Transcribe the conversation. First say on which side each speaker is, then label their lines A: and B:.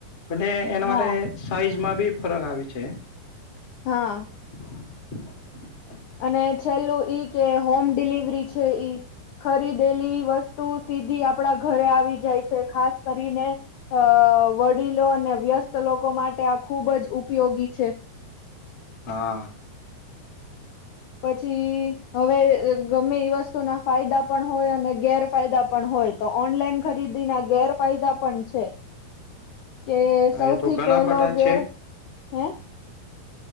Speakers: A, on the left (about 25°); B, on the left (about 70°).
A: અને એના
B: હા
A: માટે સાઈઝમાં બી ફરક આવે છે.
B: હા.
A: <inaudible>
B: અને છેલ્લું ઈ કે હોમ ડિલિવરી છે ઈ ખરીદેલી વસ્તુ સીધી આપડા ઘરે આવી જાય છે ખાસ કરીને અ વડીલો અને વ્યસ્ત લોકો માટે આ ખુબ જ ઉપયોગી છે.
A: હા.
B: પછી હવે ગમે ઈ વસ્તુ ના ફાયદા પણ હોય અને ગેર ફાયદા પણ હોય તો ઓનલાઈન ખરીદી ના ગેરફાયદા પણ છે. કે સૌથી
A: એ તો ઘણા
B: પહેલો
A: બધા
B: ગેર
A: છે
B: હે